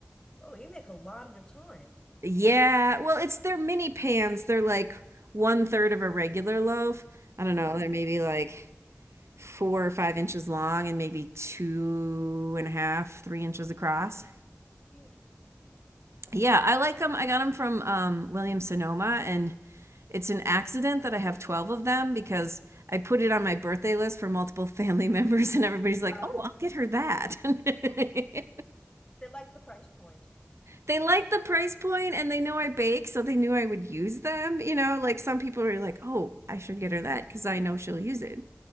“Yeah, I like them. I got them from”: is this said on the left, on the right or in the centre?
Right